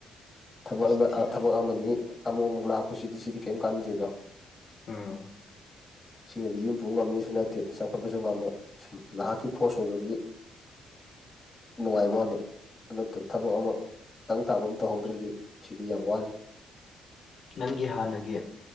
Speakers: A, on the left; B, on the left.
A: ꯊꯕꯛ <unintelligible>
B: ꯊꯤ
A: ꯊꯕꯛ ꯑꯃꯅꯤ ꯑꯃꯨꯛ ꯑꯃꯨꯛ ꯂꯥꯛꯄꯁꯤꯗꯤ ꯁꯤꯗꯤ ꯀꯔꯤꯝ ꯀꯥꯟꯅꯗꯦꯗꯣ
B: ꯎꯝ
A: ꯁꯤꯅꯗꯤ ꯌꯨꯝ ꯄꯨ ꯉꯝꯃꯤꯁꯨ ꯅꯠꯇꯦ ꯆꯥꯎꯈꯠꯄꯁꯨ ꯉꯝꯃ‌ꯣꯏ ꯁꯨꯝ ꯅꯍꯥꯛꯀꯤ ꯈꯣꯁ ꯑꯣꯏꯕꯒꯤ ꯅꯨꯡꯉꯥꯏꯕꯩꯋꯥꯅꯤ ꯑꯗꯨ ꯅꯠꯇꯕ ꯊꯕꯛ ꯑꯃ ꯇꯪ ꯇꯥꯕ ꯑꯃ ꯇꯧꯍꯧꯗ꯭ꯔꯗꯤ ꯁꯤꯗꯤ ꯌꯥꯝ ꯋꯥꯅꯤ
B: ꯅꯪꯒꯤ ꯍꯥꯥꯟꯅꯒꯤ